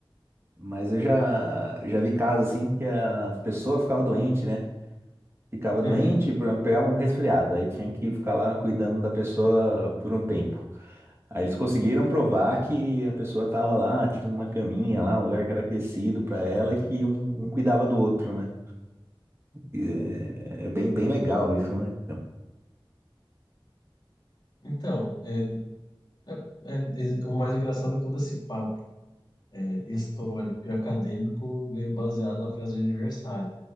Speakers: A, on the right; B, on the left.
A: Mas eu já já vi casos assim que a pessoa ficava doente, né? Ficava
B: uhum.
A: doente, por exemplo, pegava um resfriado, aí tinha que ficar lá cuidando da pessoa por um tempo. Aí eles conseguiram provar que a pessoa tava lá, tinha uma caminha lá, um lugar que era aquecido para ela, e que um, um cuidava do outro, né? E é, é bem, bem legal isso, né?
B: Então, é, né, é- é- é, o mais engraçado é que todo esse papo é, histórico e acadêmico veio baseado na festa de aniversário.